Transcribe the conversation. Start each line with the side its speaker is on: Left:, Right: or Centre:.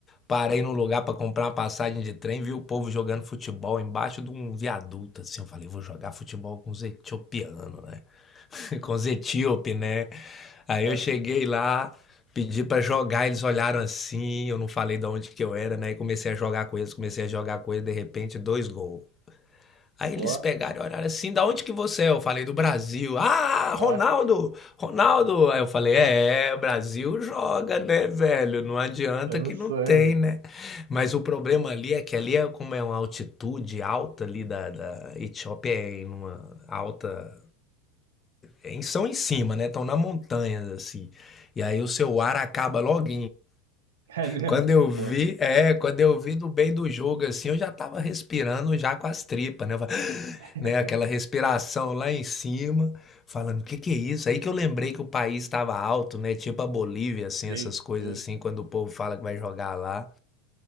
Left: Parei num lugar para comprar uma passagem de trem, vi o povo jogando futebol embaixo de um viaduto, assim. Eu falei, vou jogar futebol com os etiopianos, né? <laughs> Com os etíope, né? Aí
Right: ah,
Left: eu cheguei lá, pedi para jogar, eles olharam assim, eu não falei de onde que eu era, né? E comecei a jogar com eles, comecei a jogar com eles, de repente, dois gols. Aí eles
Right: ó,
Left: pegaram e olharam assim, da onde que você é? Eu falei, do Brasil. Ah,
Right: ah,
Left: Ronaldo! Ronaldo! Aí eu falei, é, é, o Brasil joga, né, velho? Não adianta
Right: tá no
Left: que
Right: sangue.
Left: não tem, né? Mas o problema ali é que ali é como é uma altitude alta ali da, da Etiópia, é em uma alta... é em- São em cima, né? Estão na montanha, assim. E aí o seu ar acaba logo
Right: <laughs> É mesmo,
Left: quando eu vi,
Right: pô,
Left: é, quando eu vi do bem do jogo assim, eu já tava respirando já com as tripas, né? Eu falei, <gasps>
Right: <laughs>
Left: né, aquela respiração lá em cima, falando, o que que é isso? Aí que eu lembrei que o país estava alto, né? Tipo a Bolívia, assim,
Right: sim,
Left: essas coisas
Right: sim,
Left: assim, quando o povo fala que vai jogar lá.